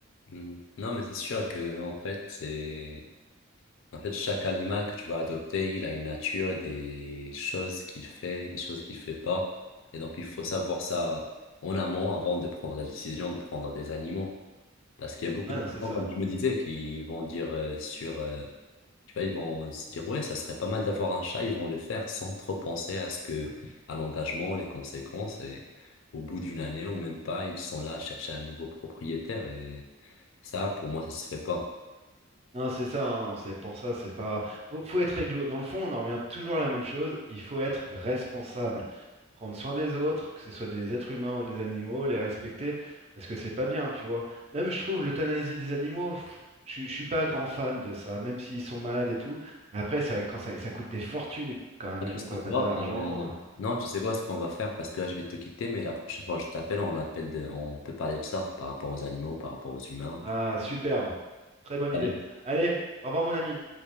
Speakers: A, on the left; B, on the right.
A: Mm. Non, mais c'est sûr que, en fait, c'est, en fait, chaque animal que tu vas adopter, il a une nature, et des choses qu'il fait, des choses qu'il fait pas. Et donc, il faut savoir ça en amont avant de prendre la décision de prendre des animaux. Parce qu'il y a beaucoup
B: Ah
A: de
B: non, c'est
A: gens,
B: ça.
A: comme tu me disais, qui vont dire euh, sur, euh, tu vois, ils vont se dire, ouais, ça serait pas mal d'avoir un chat, ils vont le faire sans trop penser à ce que, à l'engagement, les conséquences, et au bout d'une année ou même pas, ils sont là à chercher un nouveau propriétaire, et ça, pour moi, ça se fait pas.
B: Non, c'est ça, hein, c'est pour ça, c'est pas. Faut, faut être réglo. Dans le fond, on en revient toujours à la même chose. Il faut être responsable. Prendre soin des autres, que ce soit des êtres humains ou des animaux, les respecter, parce que c'est pas bien, tu vois. Même, je trouve, l'euthanasie des animaux, pff, je, suis je suis pas grand fan de ça, même s'ils sont malades et tout. Mais Après, c'est vrai que quand ça, ça coûte des fortunes quand même,
A: Ah,
B: mais
A: Tu
B: bon,
A: sais
B: quand
A: quoi?
B: t'as pas d'argent.
A: euh,
B: euh,
A: non, tu sais quoi, ce qu'on va faire, parce que là, je vais te quitter, mais la prochaine fois que je t'appelle, on appelle de- on peut parler de ça, par rapport aux animaux, par rapport aux humains.
B: Ah,
A: tu-
B: superbe. Très bonne
A: allez
B: idée. Allez, au revoir, mon ami.